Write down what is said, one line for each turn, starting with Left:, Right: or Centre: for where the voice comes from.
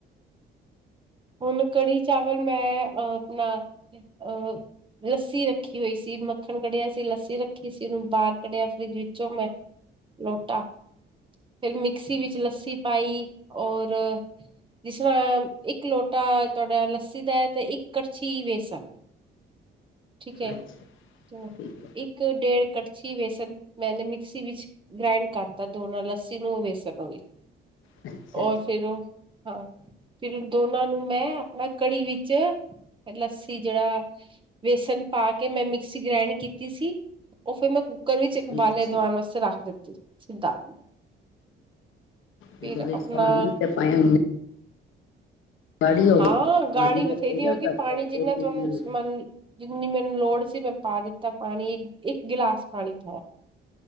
Right: ਹੁਣ ਕੜੀ ਚਾਵਲ ਮੈਂ, ਅਹ, ਆਪਣਾ ਅਹ, ਲੱਸੀ ਰੱਖੀ ਹੋਈ ਸੀ ਮੱਖਣ ਕੱਢਿਆ ਸੀ, ਲੱਸੀ ਰੱਖੀ ਸੀ ਹੁਨ ਬਾਹਰ ਕੱਢਿਆ ਫਰਿਜ ਵਿੱਚੋਂ ਮੈਂ, ਲੋਟਾ। ਫਿਰ ਮਿਕਸੀ ਵਿੱਚ ਲੱਸੀ ਪਾਈ ਔਰ, ਜਿਸ ਤਰ੍ਹਾਂ ਇੱਕ ਲੋ <unintelligible> ਤੁਹਾਡਾ ਲੱਸੀ ਦਾ ਹੈ ਤੇ ਇੱਕ ਕੜਛੀ ਵੇਸਣ। ਠੀਕ ਹੈ,
Left: ਅੱਛਾ
Right: ਤੋਂ
Left: ਠੀਕ
Right: ਇੱਕ ਡੇਢ ਕੜਛੀ ਵੇਸਣ ਮੈ ਤੇ ਮਿਕਸੀ ਵਿੱਚ ਗ੍ਰਾਇੰਡ ਕਰਤਾ ਦੋ ਨਾਲ ਲੱਸੀ ਨੂੰ ਵੇਸਣ ਨੂੰ ਵੀ।
Left: ਹੈ ਅੱਛਾ
Right: ਔਰ ਫਿਰ ੳ ਹਾਂ, ਫਿਰ ਦੋ ਉਹਨਾਂ ਨੂੰ ਮੈਂ ਆਪਣਾ ਕੜੀ ਵਿੱਚ, ਲੱਸੀ ਜਿਹੜਾ ਵੇਸਣ ਪਾ ਕੇ ਮੈਂ ਮਿਕਸੀ ਗ੍ਰੈਂਡ ਕੀਤੀ ਸੀ ਉਹ ਫਿਰ ਮੈਂ ਕੁੱਕਰ ਵਿੱਚ ਉਬਾਲੇ
Left: ਜੀ ਅੱਛਾ
Right: ਦਵਾਣ ਵਾਸਤੇ ਰੱਖ ਦਿੱਤੀ। ਸਿੱਧਾ ਫਿਰ
Left: ਇਹਦੇ ਵਿੱਚ
Right: ਆਪਣਾ
Left: ਪਾਣੀ ਵੀ ਤੇ ਪਾਇਆ ਇੰਨੀ ਗਾੜੀ ਹੋ
Right: ਹਾਂ
Left: ਗਈ ਪਾਣੀ
Right: ਗਾੜੀ ਬਥੇਰੀ
Left: ਤਾਂ ਪਏਗਾ
Right: ਹੋਗੀ,
Left: ਘੱਟ
Right: ਪਾਣੀ
Left: ਤੋਂ
Right: ਜਿੰਨਾ
Left: ਘੱਟ ਦੋ
Right: ਤੁਹਾਨੂੰ
Left: ਤਿੰਨ
Right: ਮਨ ਜਿੰਨੀ ਮੈਨੂੰ ਲੋੜ ਸੀ ਮੈਂ ਪਾ ਦਿੱਤਾ ਪਾਣੀ ਇੱਕ-ਇੱਕ ਗਿਲਾਸ ਪਾਣੀ ਪਾਇਆ।